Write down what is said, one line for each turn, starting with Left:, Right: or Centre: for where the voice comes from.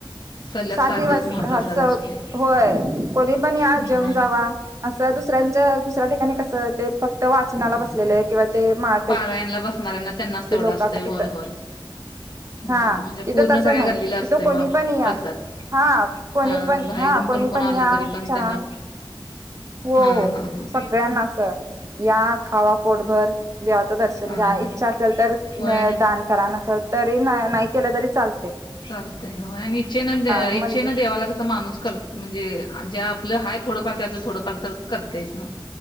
Left: सलग
Right: सात दिवस
Left: महाप्रसाद
Right: हा स
Left: असतोय
Right: होय कोणी पण या
Left: हा
Right: जेऊन जावा. जावा असं दुसऱ्यांच्या दुसऱ्या ठिकाणी कसं ते फक्त वाचनाला बसलेलं आहे किंवा ते माळकरी
Left: परायणाला बसणारऱ्यांना त्यांनाच तेवढं
Right: लोक
Left: असतं
Right: असत
Left: होय होय. होय
Right: हा
Left: म्हणजे
Right: तिथं
Left: पूर्ण
Right: तसं
Left: सगळ्या
Right: नाही
Left: गल्लीला असतंय
Right: तिथं कोणी
Left: महाप्रसाद
Right: पण या. हा कोणी
Left: हा
Right: पण
Left: बाहेरून
Right: हा कोणी
Left: कोण
Right: पण
Left: आलं
Right: या
Left: तरी पण
Right: चहा
Left: त्यांना
Right: हो
Left: हा हा
Right: हो
Left: हा
Right: सगळ्यांना अस या खावा पोटभर. देवाचं दर्शन
Left: हा
Right: घ्या
Left: हा
Right: इच्छा असेल तर
Left: होय आणि
Right: दान करा नसल तरी नाही नाही केलं तरी चालतय.
Left: चालतंय हो आणि इच्छेन
Right: म्हणते
Left: इच्छेन देवाला कस माणूस करतो. म्हणजे ज्या आपलं हा थोडंफार त्यातलं थोडंफार तर करतायस ना.